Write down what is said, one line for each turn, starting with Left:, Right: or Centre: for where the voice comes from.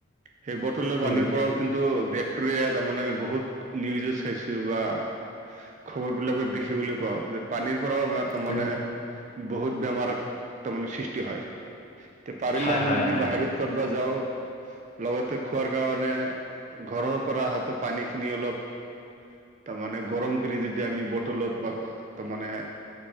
Right: সেই বটলৰ পানীৰ
Left: উম,
Right: পৰাও কিন্তু ভেক্টৰিয়া তাৰমানে আমি বহুত নিউজো চাইছো বা খবৰ বিলাকত দেখিবলৈ পাওঁ যে পানীৰ পৰাও আমাৰ তাৰ মানে
Left: উম,
Right: বহুত বেমাৰ তাৰমানে সৃষ্টি হয়। তে পাৰিলে
Left: হয়,
Right: আমি
Left: হয়,
Right: যদি
Left: হয়,
Right: বাহিৰত কতবা যাওঁ। লগতে খোৱাৰ কাৰণে ঘৰৰ পৰা হাতো পানী খিনি অলপ তাৰ মানে গৰম কৰি যদি আমি বটলত বা তামানে